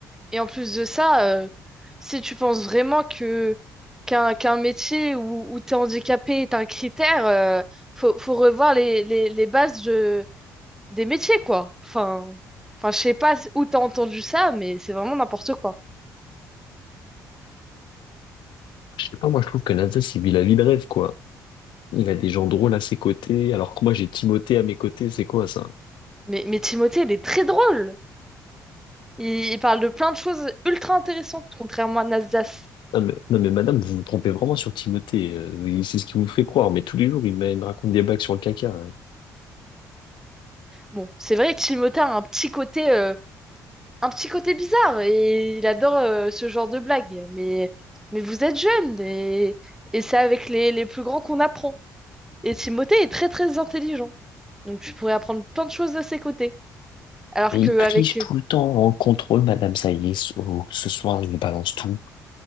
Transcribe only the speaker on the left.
Je sais pas, moi, je trouve que Nasdaq, il vit la vie de rêve, quoi. Il a des gens drôles à ses côtés, alors que moi, j'ai Timothée à mes côtés, c'est quoi, ça?
Non mais, non mais madame, vous vous trompez vraiment sur Timothée. euh, oui, c'est ce qui vous fait croire. Mais tous les jours, il me, il me raconte des blagues sur le caca. hein.
Mais
il triche tout le temps en contrôle, madame. Ça y est, ce ce soir, je lui balance tout.